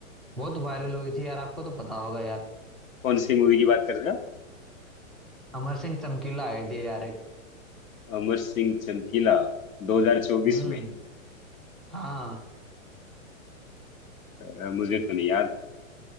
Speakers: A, in the centre; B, on the left.
A: बहुत वायरल हुई थी यार आपको तो पता होगा यार
B: कौन सी मूवी की बात कर रहे हो
A: अमर सिंह चमकीला आए थे यार एक
B: अमर सिंह चमकीला 2024
A: हम्म
B: में
A: हाँ
B: अ, मुझे तो नहीं याद